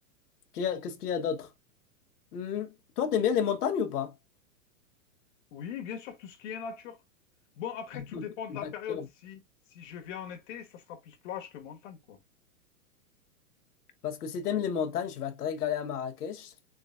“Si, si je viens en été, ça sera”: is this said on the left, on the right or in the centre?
Left